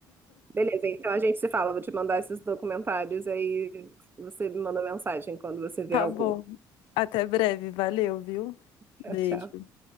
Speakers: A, on the right; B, on the left.
A: Beleza, então a gente se fala. Vou te mandar esses documentários, aí você me manda mensagem quando você vê
B: Tá
A: algum.
B: bom. Até breve. Valeu, viu?
A: Tchau,
B: Beijo.
A: tchau.